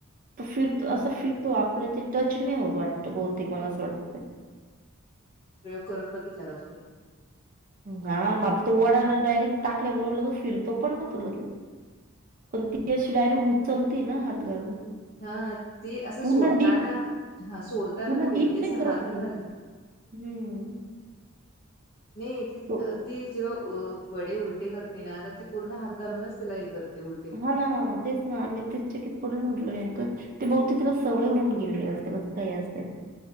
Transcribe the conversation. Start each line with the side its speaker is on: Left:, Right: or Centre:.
Right: त फिरतो
Left: हम्म.
Right: असं फिरतो आपलं ते टच नाही होत वाटत बहुतेक मला असं वाटत.
Left: प्रयोग करून बघितला का तुम्ही.
Right: हा म आता तो वडाला डायरेक्ट टाकल्याबरोबर लग फिरतो पण ना तो लगे पण ती अशी डायरेक्ट उचलते ना हात घालून.
Left: हा ते असं
Right: पूर्ण
Left: सोडताना
Right: डीप
Left: हा सोडताना
Right: पूर्ण
Left: नव्हे.
Right: डीप
Left: ते असं
Right: नाही करत
Left: हात
Right: होती.
Left: घाल
Right: हम्म!
Left: नाहीये त
Right: तो
Left: ती जेव्हा अ वडे उलटे करते ना! तर ते पूर्ण हात घालूनच त्याला हे करते उल
Right: ह ना! तेच ना आम्ही तेच चिकित पडल. म्हटलो नाही तर ते बहुती तिला सवय होऊन गेली असेल असं काही असे.